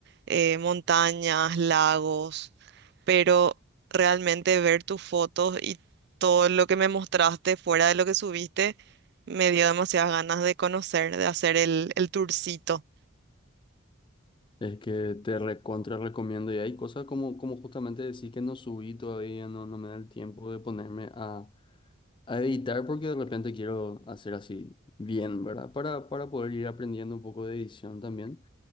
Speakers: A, on the right; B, on the left.
A: eh, montañas, lagos, pero realmente ver tus fotos y todo lo que me mostraste fuera de lo que subiste me dio demasiadas ganas de conocer, de hacer el, el tourcito.
B: Es que te recontra recomiendo y hay cosas como, como justamente decir que no subí todavía, no, no me da el tiempo de ponerme a, a editar porque de repente quiero hacer así bien, ¿verdad? Para, para poder ir aprendiendo un poco de edición también.